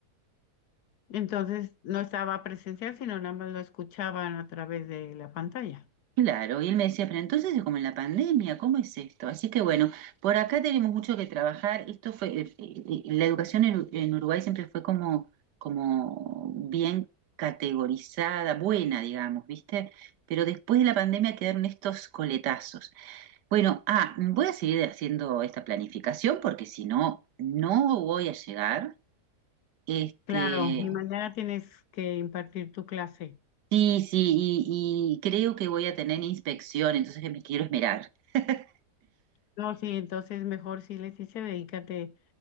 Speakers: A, on the left; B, on the right.
A: Entonces no estaba presencial, sino nada más lo escuchaban a través de la pantalla.
B: Claro, y él me decía, pero entonces es como en la pandemia, ¿cómo es esto? Así que bueno, por acá tenemos mucho que trabajar. Esto fue, eh, eh, la educación en, en Uruguay siempre fue como, como bien categorizada, buena, digamos, ¿viste? Pero después de la pandemia quedaron estos coletazos. Bueno, ah, voy a seguir haciendo esta planificación porque si no, no voy a llegar Este,
A: Claro, y mañana tienes que impartir tu clase.
B: sí, sí, y, y creo que voy a tener inspección, entonces que me quiero esmerar. <laughs>
A: No, sí, entonces mejor sí les dice, dedícate